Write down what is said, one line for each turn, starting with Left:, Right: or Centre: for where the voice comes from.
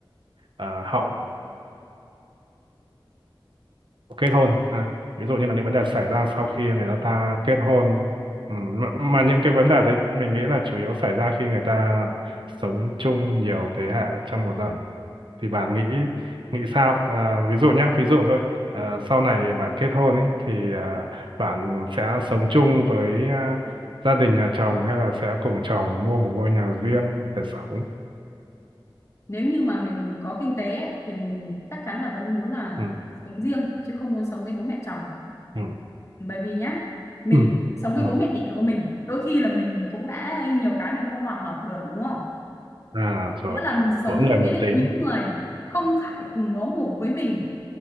Right: ờ, hậu kết hôn à, ví dụ như là những vấn đề xảy ra sau khi người ta kết hôn ừ, mà, mà những cái vấn đề đấy mình nghĩ là chủ yếu xảy ra khi người ta sống chung nhiều thế hệ trong một gia đình thì bạn nghĩ nghĩ sao à, ví dụ nhá ví dụ thôi à, sau này bạn kết hôn ấy thì à, bạn sẽ sống chung với à, gia đình nhà chồng hay là sẽ cùng chồng mua một ngôi nhà riêng để sống
Left: Nếu như mà mình có kinh tế ấy, thì mình chắc chắn là vẫn muốn là
Right: ừ,
Left: sống riêng chứ không muốn sống với bố mẹ chồng
Right: ừ,
Left: bởi vì nhá mình
Right: ừ,
Left: sống với
Right: ừ.
Left: bố mẹ đẻ của mình đôi khi là mình cũng đã nhiều cái mình không hòa hợp được đúng không
Right: à rồi
Left: nghĩa là mình sống
Right: mỗi người
Left: với
Right: một
Left: lại
Right: tính
Left: những người không phải cùng máu mủ với mình